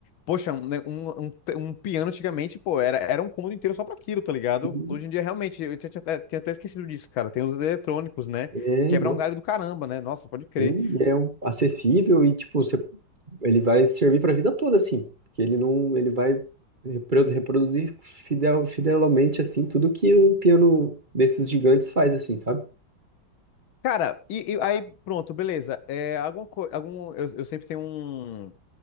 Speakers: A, on the left; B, on the right.
A: Poxa, um, né, um, um, te- um piano antigamente, pô, era, era um cômodo inteiro só pra aquilo, tá ligado?
B: Sim,
A: Hoje em dia, realmente, eu tinha, tinha até tinha até esquecido disso, cara. Tem os eletrônicos, né?
B: é,
A: Quebra
B: nossa.
A: um galho do caramba, né? Nossa, pode crer.
B: Sim, é um- acessível e, tipo, você, ele vai servir pra vida toda, assim. Porque ele não, ele vai reprodu- reproduzir fidel, fidelmente, assim, tudo que um piano desses gigantes faz, assim, sabe?
A: Cara, e, e aí, pronto, beleza. É, alguma co- algum, eu, eu sempre tenho um,